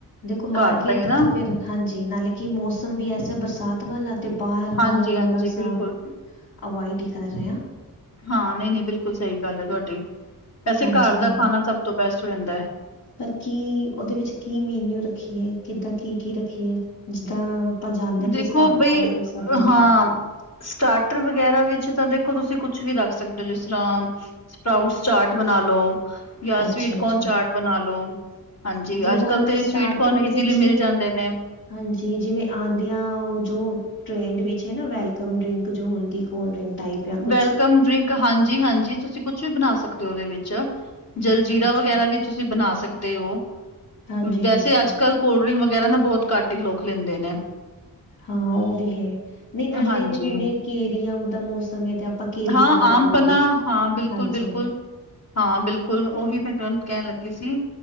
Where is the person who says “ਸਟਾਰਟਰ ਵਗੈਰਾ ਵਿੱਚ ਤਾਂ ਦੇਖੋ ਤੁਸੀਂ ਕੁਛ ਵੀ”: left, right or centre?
Left